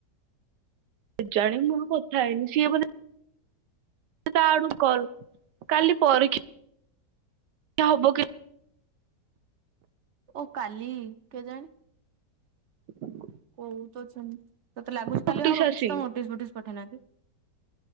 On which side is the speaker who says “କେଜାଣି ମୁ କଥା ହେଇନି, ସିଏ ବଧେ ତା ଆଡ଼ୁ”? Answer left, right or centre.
Right